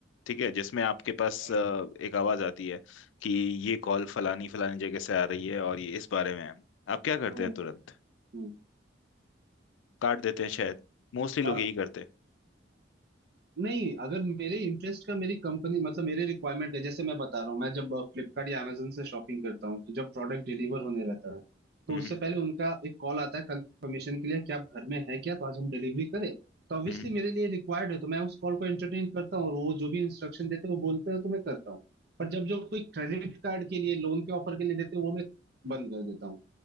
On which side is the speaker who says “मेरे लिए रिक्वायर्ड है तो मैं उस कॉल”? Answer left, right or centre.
Right